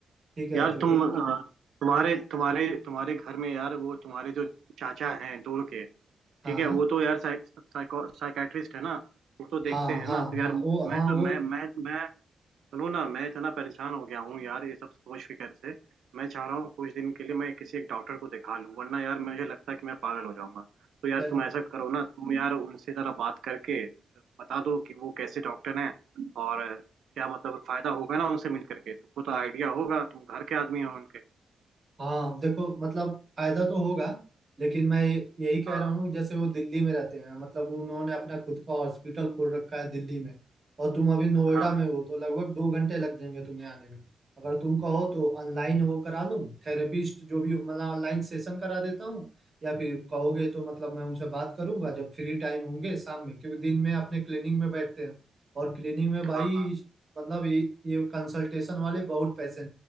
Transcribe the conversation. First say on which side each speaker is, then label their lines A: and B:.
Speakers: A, on the right; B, on the right.
A: ठीक है
B: यार
A: तो
B: तुम अ, तुम्हारे तुम्हारे तुम्हारे घर में यार वो तुम्हारे जो चाचा हैं दूर के
A: हाँ
B: ठीक है वो
A: इस,
B: तो यार साइको साइकाट्रिस्ट है ना वो तो देखते
A: हाँ हाँ
B: हैं
A: हाँ
B: ना तो यार
A: हाँ वो
B: मैं
A: हाँ
B: तो
A: वो
B: मैं मैं मैं सुनो ना मैं इतना परेशान हो गया हूँ यार ये सब सोच फिकर से मैं चाह रहा हूँ कुछ दिन के लिए मैं किसी एक डॉक्टर को दिखा लूँ वरना यार मुझे लगता है कि मैं पागल हो जाऊंगा तो यार
A: यार
B: तुम ऐसा करो ना तुम यार उनसे जरा बात करके बता दो कि वो कैसे डॉक्टर हैं और क्या मतलब फायदा होगा ना उनसे मिल करके तुमको तो आइडिया होगा तुम घर के आदमी हो उनके
A: हाँ देखो मतलब फायदा तो होगा लेकिन मैं ये- यही कह
B: हाँ
A: रहा हूँ जैसे वो दिल्ली में रहते हैं मतलब उन्होंने अपना खुद का हॉस्पिटल खोल रखा है दिल्ली में और तुम अभी नोएडा
B: हाँ
A: में हो तो लगभग दो घंटे लग जाएंगे तुम्हें आने में अगर तुम कहो तो ऑनलाइन वो करा लूँ थेरेपिस्ट जो भी हो, मतलब ऑनलाइन सेशन करा देता हूँ या फिर कहोगे तो मतलब मैं उनसे बात करूंगा जब फ्री टाइम होंगे शाम में क्योंकि दिन में अपने क्लिनिक में बैठते हैं और क्लिनिक में भाई
B: हाँ
A: मतलब ये ये कंसल्टेशन वाले बहुत पैसे